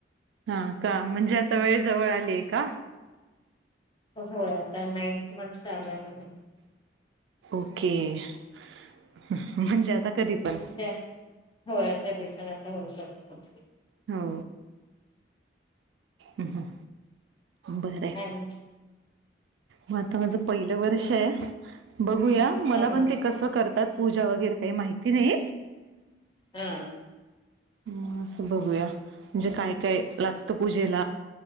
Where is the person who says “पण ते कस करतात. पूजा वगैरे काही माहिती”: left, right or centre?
Right